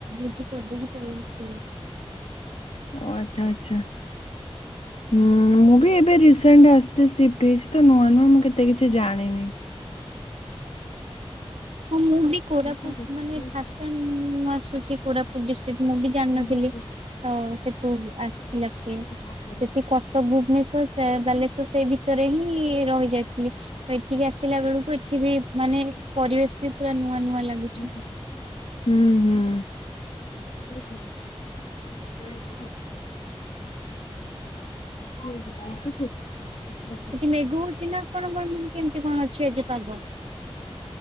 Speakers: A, on the right; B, on the left.
A: ଁଛି କେବେ କ ସେ।
B: ଓ ଆଚ୍ଛା ଆଚ୍ଛା। ହୁଁ ମୁଁ ବି ଏବେ ରିସ ଆସିଛି ସିଫ୍ଟ ହେଇଛି ତ ନୂଆ ନୂଆ ମୁଁ କେତେ କିଛି ଜାଣିନି।
A: ହଁ ମୁଁ ବି
B: ସିଏ
A: କୋରାପୁଟ
B: କଣ କରୁଛି
A: ମାନେ
B: ପିଏଚଡି
A: ଫାଷ୍ଟ ଟାଇମ୍ ମୁଁ ଆସୁଛି କୋରାପ <inaudible> ମୁଁ ବି ଜାଣିନଥିଲି
B: ଇଂଲିଶ
A: ତ ସେ ହ ଆ।
B: କଣ କରିବା?
A: ସେଠି କର୍ତବ୍ୟ। ମଶ ସେ <inaudible> ବାଲେଶ୍ୱର ସେଇ ଭିତରେ ହିଁ ରହି ଯାଇଥିଲି ତ ଏଠିକି ଆସିଲା ବେଳକୁ ଏଠ ବି ମାନେ ପରିବେଶ ପୁରା ନୂଆ ନୂଆ
B: ହୁଁ
A: ଲାଗୁଛି।
B: ହୁଁ। ଜ <inaudible> ହ ବସ ହେଛି <inaudible> ଥା <unintelligible>
A: ସେଠି ମେଘ ହଉଛି ନା ଆପଣଙ୍କର ମାନେ କେମିତି କଣ ଅଛି ଆଜି ପାଗ?